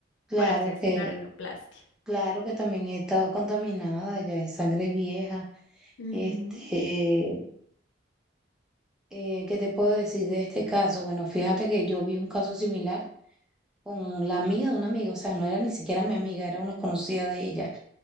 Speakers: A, in the centre; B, on the left (about 75°).
A: Claro
B: por hacerse
A: que
B: la rinoplastia.
A: Claro que también estaba contaminada, ya es sangre vieja.
B: Ujú,
A: Este, eh, ¿qué te puedo decir de este caso? Bueno, fíjate que yo vi un caso similar con la amiga de una amiga, o sea, no era ni siquiera mi amiga, era una conocida de ella.